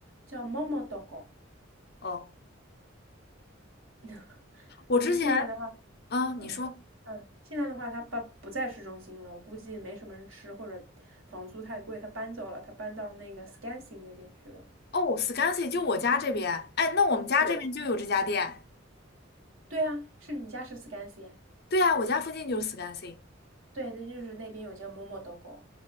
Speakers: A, on the right (about 85°); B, on the left (about 50°).
A: 叫 Momo Dogo。
B: 哦，
A: <laughs>
B: 我之前，
A: 那现在的话，
B: 啊，你说，
A: 嗯嗯，现在的话，他搬不在市中心了，我估计没什么人吃，或者房租太贵，他搬走了，他搬到那个 Scansy 那边去了。
B: 哦，Scansy 就我家这边，哎，那我们家这边就有这家店。
A: 对，对啊，是你家是 Scansy 啊？
B: 对啊，我家附近就是 Scansy。
A: 对，那就是那边有家 Momo Dogo，